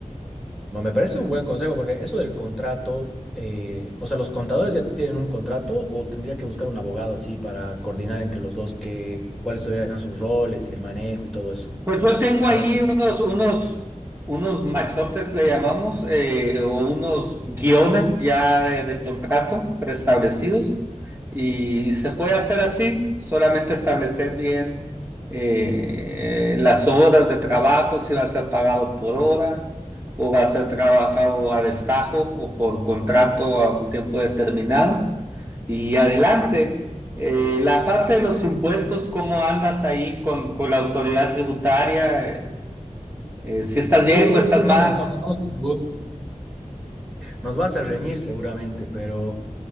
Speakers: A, in the centre; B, on the right (about 15°).
A: Ma, Me parece un buen consejo porque eso del contrato, eh, o sea, ¿los contadores ya tienen un contrato o tendría que buscar un abogado así para coordinar entre los dos que, cuáles serían sus roles y el manejo y todo eso?
B: Pues yo tengo
A: ¿Qué
B: ahí
A: me acon-
B: unos, unos, unos maxotes, le llamamos, eh, o unos guiones ya de, de contrato preestablecidos y se puede hacer así, solamente establecer bien eh, las horas de trabajo, si va a ser pagado por hora o va a ser trabajado a destajo o por contrato a un tiempo determinado y adelante. Eh, la parte de los impuestos, ¿cómo andas ahí con, con la autoridad tributaria? Eh, eh, si estás
A: Uy,
B: bien o estás
A: no
B: malo.
A: me, no, no no me preguntes. Nos vas a reñir seguramente, pero